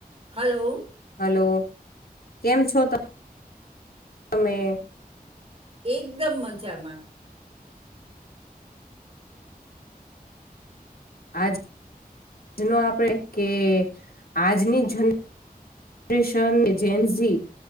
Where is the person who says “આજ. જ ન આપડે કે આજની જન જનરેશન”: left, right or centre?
Left